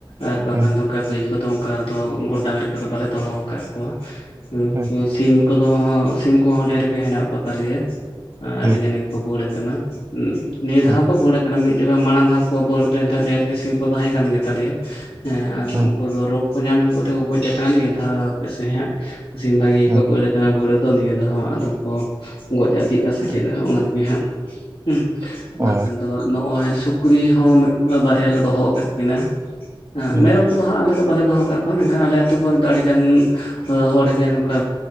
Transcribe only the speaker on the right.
ᱦᱩᱸ
ᱦᱩᱸ
ᱦᱩᱸ
ᱦᱩᱸ
ᱦᱩᱸ
ᱦᱩᱸ
ᱦᱩᱸ
ᱚ
ᱦᱩᱸ